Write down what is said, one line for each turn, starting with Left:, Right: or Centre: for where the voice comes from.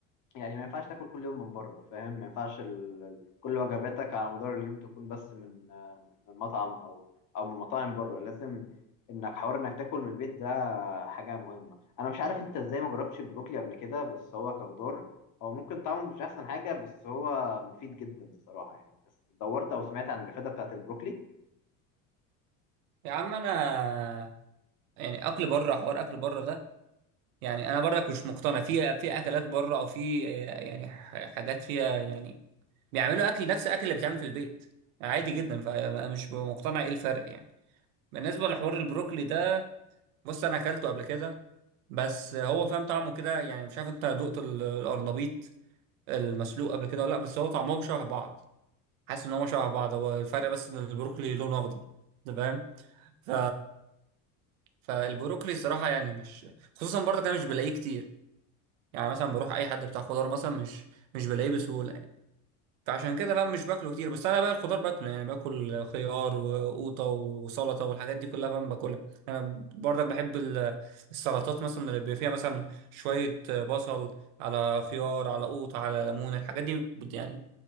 Left: يعني ما ينفعش تاكل كل يوم من بره فاهم ما ينفعش ال... ال- كل وجباتك على مدار اليوم تكون بس من آه، من مطعم او او من مطاعم بره لازم انك حوار انك تاكل من البيت حاجة مهمة أنا مش عارف أنت إزاي ما جربتش البروكلي قبل كده بس هو كخضار هو ممكن طعمه مش أحسن حاجة بس هو مفيد جدا الصراحة يعني بس دورت أو سمعت عن الإفادة بتاعة البروكلي
Right: يا عم انا يعني اكل بره حوار اكل بره ده يعني انا برضك مش مقتنع في في اكلات بره او في آه، يعني ح- حاجات فيها يعني بيعملوا اكل نفس الاكل اللي بيتعمل في البيت عادي جدا فانا مش مقتنع ايه الفرق يعني بالنسبه لحوار البروكلي ده بص انا اكلته قبل كده بس هو فاهم طعمه كده يعني مش عارف انت دقت ال- القرنبيط المسلوق قبل كده ولا لا بس هو طعمهم شبه بعض حاسس ان هم شبه بعض هو الفرق بس ان البروكلي لونه اخضر انت فاهم ف فالبروكلي صراحه يعني مش خصوصا برضك انا مش بلاقيه كتير يعني مثلا بروح اي حد بتاع خضار مثلا مش مش بلاقيه بسهوله يعني فعشان كده بقى مش باكله كتير بس انا بقى الخضار باكله يعني باكل خيار وقوطه وسلطه والحاجات دي كلها بقى باكلها انا برضك بحب ال- السلطات مثلا اللي بيبقى فيها مثلا شويه بصل على خيار على قوطه على ليمون الحاجات دي بت يعني